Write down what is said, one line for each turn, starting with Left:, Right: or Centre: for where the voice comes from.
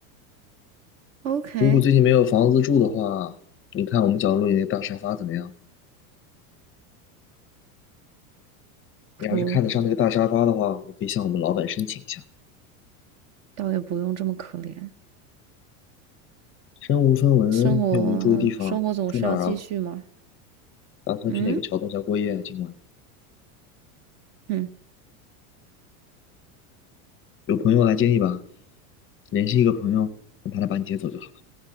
Right: ？OK，
Left: 如果最近没有房子住的话，你看我们角落里那个大沙发怎么样？你要是看得上那个大沙发的话，
Right: 不，
Left: 你可以向我们老板申请一下。
Right: 倒也不用这么可怜，
Left: 身无分文，
Right: 生活生活总是要继续嘛。
Left: 又没有住的地方，住哪儿啊？打算去哪个桥洞下过夜啊？
Right: 嗯
Left: 今晚
Right: 嗯，
Left: 有朋友来接你吧，联系一个朋友，让他来把你接走就好了。